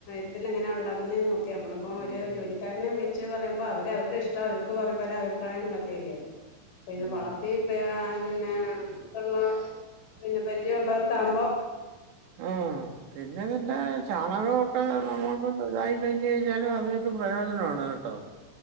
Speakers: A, on the left; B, on the right.
A: ത്തിൽ എങ്ങന ഉണ്ടാുന്ന ക്കെ നമ്മളിപ്പം ഒരു
B: ഉം
A: ജോലിക്കാരനെ വിളച്ച് പറയുമ്പോ അവര് അവരുടെ ഇഷ്ടം അവർക്ക്ും പല അഭിപ്രായങ്ങളൊക്കെ അല്ലേ അപ്പൊ ഇത്
B: ഉം
A: വളർത്തി ഇന്ന ഇള്ള പിന്നെ പരിചയം ഉള്ളവർക്ക ആകുമ്പോം
B: ആഹ പിന്നെതെന്താ ചാണകംൊക്കെ നമ്മൾൊണ്ട്തായി കഴിഞ്ഞു കഴിഞ്ഞാലും അതിനൊരു പ്രയോജനമാണ് കേട്ടോ